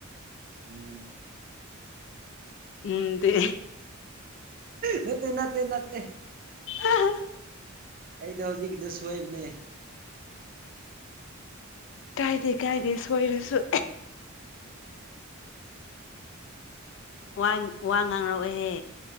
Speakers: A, on the right (about 45°); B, on the left (about 60°).
A: ꯎꯝ
B: ꯎꯝꯗꯤ
A: ꯅꯠꯇꯦ ꯅꯠꯇꯦ ꯅꯠꯂꯦ
B: <unintelligible>
A: ꯑꯩꯗꯣ ꯍꯧꯖꯤꯛꯀꯤꯗꯣ ꯁꯣꯏꯕꯅꯦ
B: ꯀꯥꯏꯗꯦ ꯀꯥꯏꯗꯦ ꯁꯣꯏꯔꯁꯨ ꯋꯥꯟ ꯋꯥ ꯉꯥꯡꯔꯛꯑꯣꯍꯦ